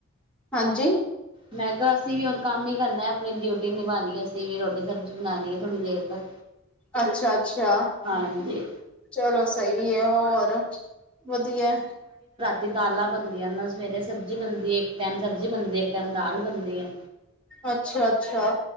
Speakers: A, in the centre; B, on the right.
A: ਹਾਂਜੀ
B: ਮੈਂ ਕਿਆ ਅਸੀਂ ਵੀ ਹੁਣ ਕੰਮ ਈ ਕਰਨਾ ਆਪਣੀ ਡਿਊਟੀ ਨਿਭਾਣੀ ਐ ਅਸੀਂ ਵੀ ਰੋਟੀ ਸਬਜ਼ੀ ਬਣਾਣੀ ਐ ਥੋੜ੍ਹੀ ਦੇਰ ਤੱਕ।
A: ਅੱਛਾ ਅੱਛਾ।
B: ਹਾਂਜੀ
A: ਚਲੋ ਸੇਈਐ ਹੋਰ, ਵਧੀਆ
B: ਤੇ ਦਾਲਾਂ ਬਣਦੀਆਂ ਨਾ ਸਵੇਰੇ ਸਬਜ਼ੀ ਬਣਦੀ ਏ। ਇੱਕ ਟੈਮ ਸਬਜ਼ੀ ਬਣਦੀ ਇੱਕ ਟੈਮ ਦਾਲ ਬਣਦੀ ਏ।
A: ਅੱਛਾ- ਅੱਛਾ,